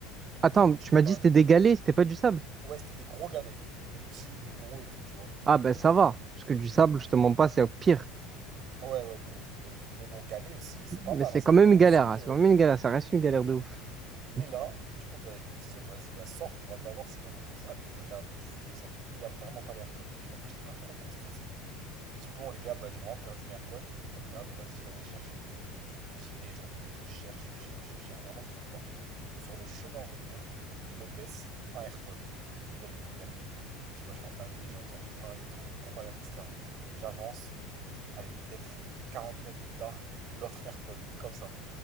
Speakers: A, on the right; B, on the right.
A: Attends,
B: Et on tu
A: tu
B: de
A: m'as
B: parler.
A: dit c'était des galets, c'était pas du sable.
B: Ouais, c'était des gros galets. Des petits, des gros et tout, tu vois.
A: Ah ben ça va, parce que du sable, je te mens pas, c'est au pire.
B: Ouais, ouais, de ouf, de ouf. Mais bon, galet aussi, c'est pas
A: Mais
B: mal,
A: c'est
B: hein, ça
A: quand
B: tombe
A: même
B: en
A: une galère,
B: dessous.
A: hein, c'est quand
B: euh.
A: même une galère, ça reste une galère de ouf.
B: Et
A: Mhm.
B: là, du coup, bah, ils me disent, oh, bah, vas-y, bah, sors, tu vas pas voir s'il y a dans ton sac. Je regarde, je fouille le sac et tout, il y a vraiment pas les AirPods. Je sais pas pourquoi j'étais pas trop, trop stressé. Je me dis, bon, les gars, bah, j'ai vraiment perdu mes AirPods, euh, comme d'hab, vas-y, je vais aller les chercher. J'y vais, je retourne, je cherche, je cherche, je cherche, vraiment, je trouve pas. Sur le chemin retour, je me baisse, un AirPod, je le récupère. Je me dis, wesh, la dinguerie, j'en ai trouvé un et tout, incroyable, etc. J'avance, allez, peut-être 40 mètres plus tard, l'autre AirPod, comme ça.